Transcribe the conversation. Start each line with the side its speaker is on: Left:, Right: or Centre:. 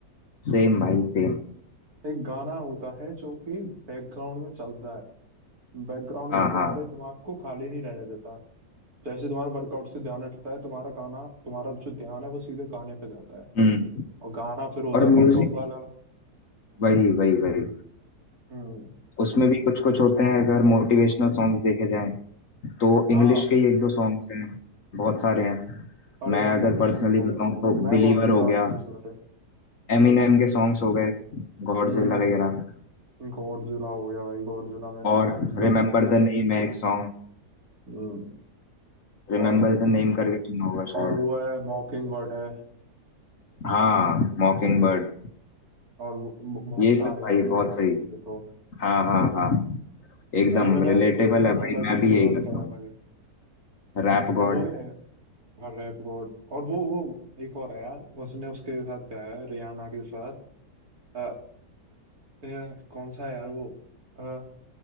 Left: सेम भाई सेम
Right: एक गाना होता है जो कि बैकग्राउंड में चलता है बैकग्राउंड
Left: हाँ
Right: में तुम्हारे
Left: हाँ
Right: दिमाग को खाली नहीं रहने देता जैसे तुम्हारे वर्कआउट से ध्यान हटता है तुम्हारा गाना तुम्हारा जो ध्यान है वो सीधे गाने पे जाता है
Left: हम्म
Right: और गाना फिर होता
Left: और
Right: है पंप
Left: म्यूजिक
Right: अप वाला
Left: वही वही वही
Right: हम्म
Left: उसमें भी कुछ कुछ होते हैं अगर मोटिवेशनल सॉन्ग्स देखे जाएं तो
Right: हाँ
Left: इंग्लिश के ही एक दो सॉन्ग्स हैं बहुत सारे हैं
Right: अरे
Left: मैं
Right: भाई
Left: अगर
Right: इंग्लिश
Left: पर्सनली
Right: में तो बहुत
Left: बताऊं
Right: सारे हैं।
Left: तो
Right: मैं
Left: बिलीवर
Right: बहुत सुनता
Left: हो
Right: हूँ
Left: गया
Right: इंग्लिश वाले हम्म
Left: एमिनेम के सॉन्ग्स हो गए गॉडजिला
Right: हम्म
Left: वगैरह
Right: गॉडजिला हो गया भाई गॉडजिला मैंने
Left: और
Right: नाइन्थ क्लास
Left: रिमेम्बर
Right: में सुना
Left: द
Right: था
Left: नेम
Right: पहले
Left: है एक सॉन्ग
Right: हम्म,
Left: रिमेम्बर
Right: और
Left: द नेम करके सुना होगा शायद
Right: और वो है मॉकिंग बर्ड है
Left: हाँ मॉकिंग बर्ड
Right: और वो- ब- बहुत
Left: ये
Right: सारे
Left: सब
Right: हैं
Left: भाई
Right: मतलब
Left: बहुत
Right: एम
Left: सही
Right: एन एम के तो
Left: हाँ हाँ हाँ एकदम
Right: एम एन
Left: रिलेटेबल
Right: एम तो यार
Left: है भाई
Right: अलग
Left: मैं
Right: ही
Left: भी
Right: लेवल
Left: यही करता
Right: का
Left: हूँ
Right: है भाई
Left: Rap
Right: और
Left: God
Right: वो है रैप गॉड और वो वो एक और है यार उसने उसके साथ गाया है रियाना के साथ अ, यार, कौन सा है यार वो अ,